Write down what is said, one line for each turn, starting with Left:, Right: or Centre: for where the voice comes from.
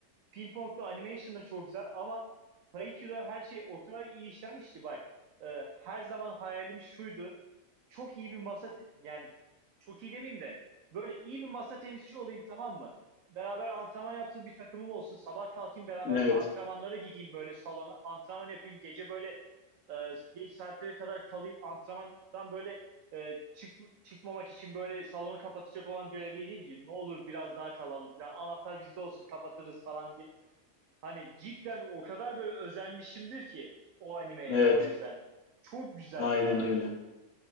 Right: Ping Pong'da animation da çok güzel ama Haikyuu'da her şey o kadar iyi işlenmişti bak Ee, her zaman hayalim şuydu çok iyi bir masa te- yani çok iyi demeyeyim de böyle iyi bir masa tenisçi olayım tamam mı? Beraber antrenman yaptığım bir takımım olsun. Sabah kalkayım beraber
Left: Evet.
Right: antrenmanlara gideyim böyle salona. Antrenman yapayım. Gece böyle e, geç saatlere kadar kalayım. Antrenmandan böyle e, çık, çıkmamak için böyle salonu kapatacak olan görevliye diyeyim ki ne olur biraz daha kalalım falan. Anahtar bizde olsun kapatırız falan diye. Hani cidden o kadar böyle özenmişimdir ki o animeye
Left: Evet.
Right: o yüzden. Çok güzel
Left: Aynen
Right: ya.
Left: öyle.